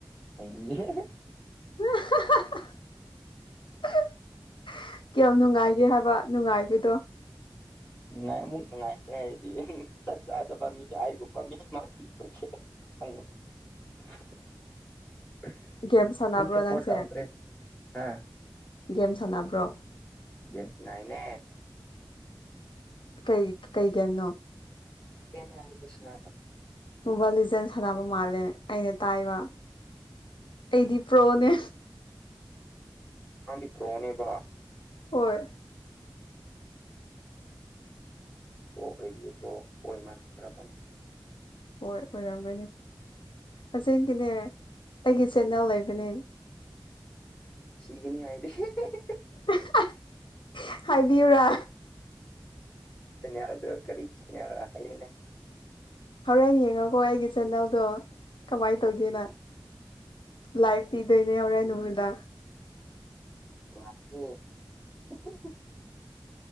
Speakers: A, on the left; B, on the left.
A: <unintelligible>
B: <unintelligible> ꯀꯌꯥꯝ ꯅꯨꯡꯉꯥꯏꯒꯦ ꯍꯥꯕ ꯅꯨꯡꯉꯥꯏꯕꯗꯣ
A: ꯅꯨꯡꯉꯥꯏ ꯑꯃꯨꯛ ꯅꯨꯡꯉꯥꯏꯈ꯭ꯔꯦ ꯑꯩꯗꯤ ꯆꯠ ꯆꯥꯗꯕ ꯃꯤ ꯑꯩꯒꯨꯝꯕ ꯃꯤ ꯃꯥ ꯊꯤꯕꯒꯤ <unintelligible>
B: ꯒꯦꯝ ꯁꯥꯟꯅꯕ꯭ꯔꯣ
A: ꯐꯨꯜ ꯁꯄꯣꯔꯠ
B: ꯅꯪꯁꯦ
A: ꯇꯧꯈ꯭ꯔꯦ ꯍꯥ
B: ꯒꯦꯝ ꯁꯥꯅꯕ꯭ꯔꯣ
A: ꯒꯦꯝ ꯁꯥꯅꯩꯅꯦ
B: ꯀꯩ ꯀꯩ ꯒꯦꯝꯅꯣ
A: <unintelligible>
B: ꯃꯣꯕꯥꯏꯜ ꯂꯤꯖꯦꯟ ꯁꯥꯅꯕ ꯃꯥꯜꯂꯦ ꯑꯩꯅ ꯇꯥꯏꯕ ꯑꯩꯗꯤ ꯄ꯭ꯔꯣꯅꯦ
A: ꯅꯪꯗꯤ ꯄ꯭ꯔꯣꯅꯦꯕ
B: ꯍꯣꯏ
A: ꯄ꯭ꯔꯣ ꯑꯣꯏꯕꯤꯄ꯭ꯔꯣ ꯑꯣꯏꯃꯥꯟ ꯈꯔꯕ
B: ꯍꯣꯏ ꯑꯣꯏꯔꯝꯒꯅꯤ ꯑꯁꯦꯡꯀꯤꯅꯦ ꯑꯩꯒꯤ ꯆꯦꯅꯦꯜ ꯂꯩꯕꯅꯦ
A: ꯁꯤꯒꯅꯤ ꯍꯥꯏꯗꯤ <unintelligible>
B: <unintelligible> ꯍꯥꯏꯕꯤꯌꯨꯔꯥ
A: ꯆꯦꯅꯦꯜꯗꯣ ꯀꯔꯤ ꯆꯦꯅꯦꯜꯔ ꯍꯥꯏꯌꯣꯅꯦ
B: ꯍꯧꯔꯦꯟ ꯌꯦꯡꯉꯣꯀꯣ ꯑꯩꯒꯤ ꯆꯦꯅꯦꯜꯗꯣ ꯀꯃꯥꯏ ꯇꯧꯒꯦꯅ ꯂꯥꯏꯐ ꯄꯤꯗꯣꯏꯅꯦ ꯍꯣꯔꯦꯟ ꯅꯨꯃꯤꯗꯥꯡ
A: <unintelligible>